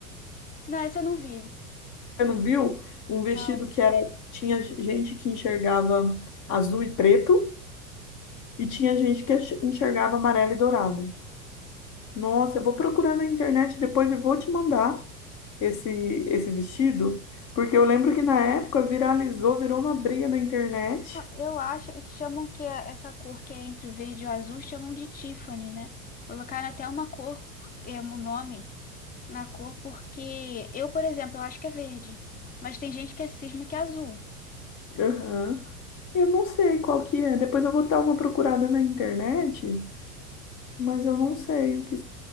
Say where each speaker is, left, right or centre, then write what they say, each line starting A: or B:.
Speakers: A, on the left; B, on the left.
A: Não, essa eu não vi.
B: Você não viu? Um vestido
A: Não.
B: que era tinha gente que enxergava azul e preto e tinha gente que ach- enxergava amarelo e dourado. Nossa, eu vou procurar na internet depois e vou te mandar esse esse vestido, porque eu lembro que na época viralizou, virou uma briga na internet.
A: Ah, Eu acho, chamam que é- essa cor que é entre o verde e o azul, chamam de Tiffany, né? Colocaram até uma cor, é um nome na cor, porque eu, por exemplo, eu acho que é verde, mas tem gente que é cisma que é azul.
B: Aham. Eu não sei qual que é. Depois eu vou dar uma procurada na internet Mas eu não sei o que,